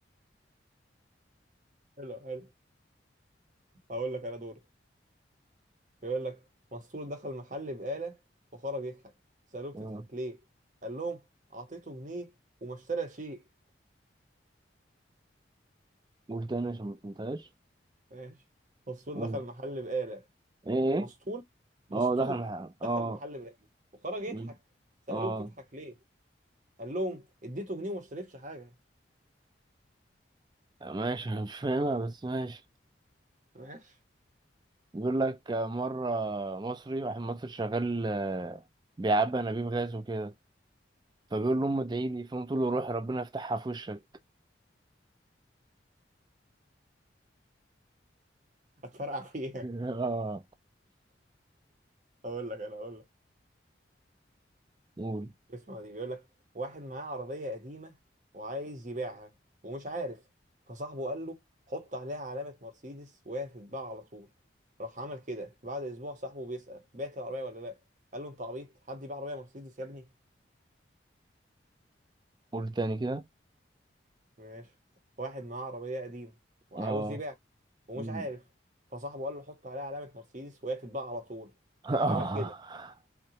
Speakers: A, on the right (about 40°); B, on the right (about 25°).
A: حلو حلو هقول لك انا دوري بيقول لك مسطول دخل محل بقالة وخرج يضحك سألوه بتضحك
B: آه.
A: ليه قال لهم اعطيته جنيه وما اشترى شيء
B: قول تاني عشان ما فهمتهاش
A: ماشي مسطول
B: قول
A: دخل محل بقالة
B: ايه ايه
A: مسطول مسطول
B: اه دخل الحمام اه
A: دخل محل بقالة وخرج يضحك
B: مم.
A: سألوه
B: اه
A: بتضحك ليه قال لهم اديته جنيه وما اشتريتش حاجة
B: ماشي <laughs> أنا مش فاهمها بس ماشي
A: ماشي
B: بيقول لك آه، مرة مصري واحد مصري شغال آه، بيعبي أنابيب غاز وكده فبيقول لأمه ادعي لي فأمه تقول له روح ربنا يفتحها في وشك
A: هتفرقع فيها
B: <laughs> اه
A: اقول لك انا اقول لك
B: قول
A: اسمع دي بيقول لك واحد معاه عربية قديمة وعايز يبيعها ومش عارف فصاحبه قال له حط عليها علامة مرسيدس وهي هتتباع على طول راح عمل كده بعد اسبوع صاحبه بيسأل بعت العربية ولا لا قال له انت عبيط حد يبيع عربية مرسيدس يا ابني
B: قول تاني كده
A: ماشي واحد معاه عربية قديمة وعاوز
B: اه
A: يبيع ومش
B: مم.
A: عارف فصاحبه قال له حط عليها علامة مرسيدس وهي تتباع على طول
B: <laughs> اه
A: راح عمل كده